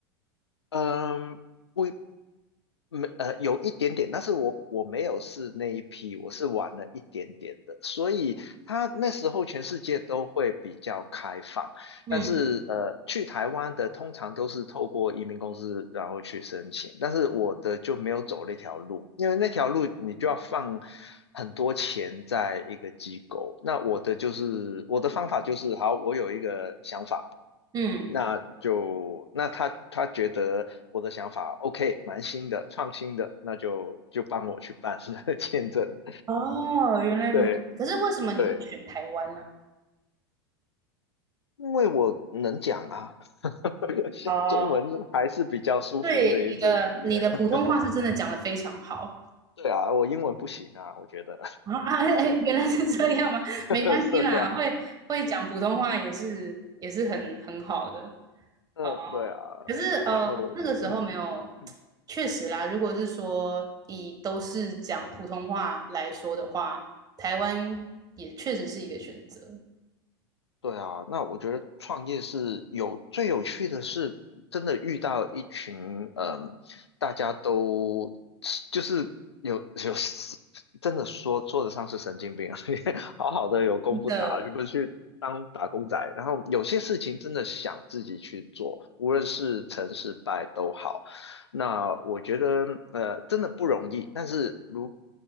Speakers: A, on the left; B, on the right.
A: 嗯不没呃有一点点，但是我我没有是那一批，我是晚了一点点的，所以他那时候全世界都会比较开放，
B: 嗯
A: 但是呃去台湾的通常都是透过移民公司然后去申请，但是我的就没有走那条路，因为那条路你就要放很多钱在一个机构，那我的就是我的方法就是好，我有一个想法。
B: 嗯，
A: 那就那他他觉得我的想法 OK，蛮新的，创新的，那就就帮我去办 <laughs> 签证。
B: 哦，原来如此。
A: 对
B: 可是为什么你会选台湾呢、
A: 对，因为我能讲啊，<laughs>
B: 哦，
A: 中文还是比较舒服的一种语言。
B: 对，你的你的普通话是真的讲得非常好。
A: <laughs> 对啊，我英文不行啊，我觉得。
B: 啊啊！哎、哎原来是这样吗？<laughs>
A: <laughs>
B: 没关系啦，
A: 对啊，
B: 会会讲普通话也是也是很很好的。
A: 嗯，
B: 哦，
A: 对啊，
B: 可是呃，
A: 然后嗯。
B: 那个时候没有，
A: 嗯
B: <tsk> 确实啦。如果是说以都是讲普通话来说的话，台湾也确实是一个选择
A: 对啊，那我觉得创业是有最有趣的是，真的遇到一群嗯，大家都就是有有真的说说得上是神经病啊 <laughs> 你好好的有工不打，
B: 的。
A: 就不去当打工仔。然后有些事情真的想自己去做，无论是成是败都好。那我觉得呃真的不容易，但是如